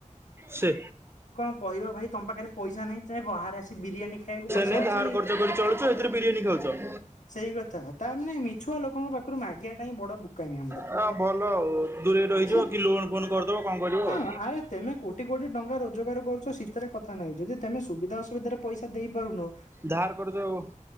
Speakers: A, on the right; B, on the left.
A: ସେ
B: କଣ କହିବ ଭାଇ ତମ ପାଖରେ ପଇସା ନାହିଁ ଚା ବାହାରେ ଆସି ବିରିୟାନୀ ଖାଇବାକୁ ପଇସା
A: ନେଇ
B: ଅଛି
A: ଧାର କର୍ଜ କରି ଚଳୁଛ ଏଥିରେ ବିରିୟାନୀ ଖାଉଛ
B: ସେଇ କଥା ତା ମାନେ ମିଛୁଆ ଲୋକଙ୍କ ଆ ମାଗିବା ଟାଇ ବୁକାମି ଆମର
A: ହ ଭଲ ଆଉ ଦୂରେଇ ରହିଯିବ
B: ସେ
A: କି ଲୋନ୍ ଫୋନ୍ କରିଦବ କଣ କରିବ
B: ହଁ
A: ଆଉ
B: ଆରେ ତେମେ କୋଟି କୋଟି ଟଙ୍କା ରୋଜଗାର କରୁଛ ଶୀତରେ କଥା ନାହିଁ ଯଦି ତମେ ସୁବିଧା ଅସୁବିଧାରେ ପଇସ ଦେଇ ପାରୁନ।
A: ଧହାର କରୁଛ ଆଉ